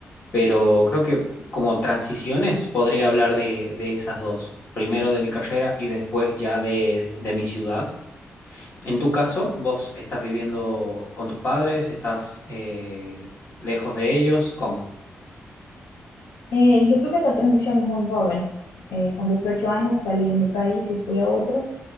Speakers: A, on the left (about 55°); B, on the left (about 80°).
A: pero creo que como transiciones podría hablar de, de esas dos. Primero de mi carrera y después ya de, de mi ciudad. En tu caso, ¿vos estás viviendo con tus padres? ¿Estás eh, lejos de ellos? ¿Cómo?
B: Eh, yo tuve esta transición muy joven. Eh, con 18 años salí de mi país y fui a otro.